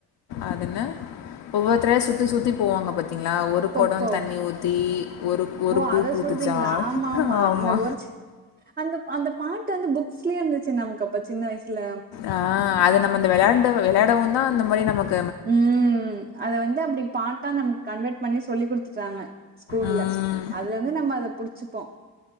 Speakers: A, on the left; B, on the right.
A: அது என்ன ஒவ்வொருத்ரையா சுத்தி சுத்தி போவாங்க பாத்தீங்களா ஒரு குடே
B: கொக்கோ
A: தண்ணி ஊத்தி ஒரு ஒரு
B: ஓ
A: பூ
B: அத
A: பூத்துச்ச
B: சொல்றீங்களா
A: ஊத்துச்சா
B: ஆமா
A: ஆமா
B: அந்த ஒரு சி- அந்த அந்த பாட்டு வந்து புக்ஸ்லயே இருந்துச்சி நமக்கு அப்ப சின்ன வயசுல
A: ஆ அது நம்ம வெளயாண்டு வெளயாடவவு தா அந்த மாரி நமக்
B: ம் அத வந்து அப்டி பாட்டா நம் கன்வெர்ட் பண்ணி சொல்லி் கொடுத்துட்டாங்க ஸ்கூல்ல
A: ம்
B: அதுல இருந்து நம்ம அத புடிச்சிப்போ